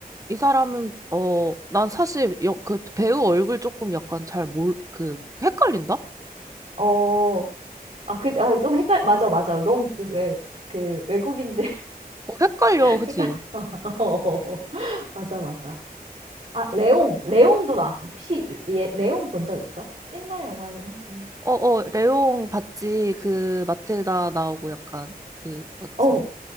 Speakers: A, on the right; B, on the right.
A: 이 사람은, 어, 난 사실 여, 그 배우 얼굴 조금 약간 잘 몰, 그, 헷갈린다?
B: 어, 아, 그, 아, 좀 헷갈, 맞아, 맞아. 너무, 왜, 그, 외국인데
A: 어, 헷갈려,
B: <laughs>
A: 그치?
B: 헷갈려. <laughs> 맞아, 맞아. 아, 레옹. 레옹도 나왔어. 혹시 얘 레옹 본 적 있어? 옛날 영화긴 한데.
A: 어, 어, 레옹 봤지? 그, 마틸다 나오고 약간, 그, 맞지?
B: 어,